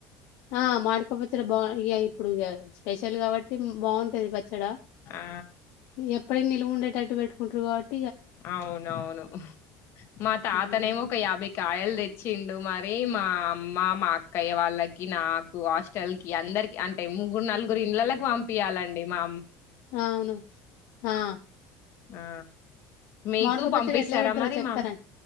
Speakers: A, on the left; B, on the left.
A: ఆ మామిడికాయ పచ్చడి బా ఇక ఇప్పుడు ఇగ స్పెషల్ కాబట్టి తిం బావుంటాద ఈ పచ్చడా
B: ఆ
A: ఎప్పటికి నిల్వ ఉండేటట్టు పెట్టు <unintelligible>
B: అవునవును మా తాత
A: హ్మ్
B: నేమో ఒక యాభై కాయలు తె చ్చిండు మరి మా అమ్మ మా అక్కయ్య వాళ్ళకి నాకు హాస్టల్ కి అందరికి అంటే ముగ్గురు నలుగురు ఇండ్లళ్ళలకు పంపింయాలండి. మ
A: అవును ఆ
B: ఆ మీకు
A: మామిడికాయ
B: పంపిస్తారా
A: పచ్చడి ఎట్లా పెడతారో
B: మరి
A: చెప్తారాండి
B: మా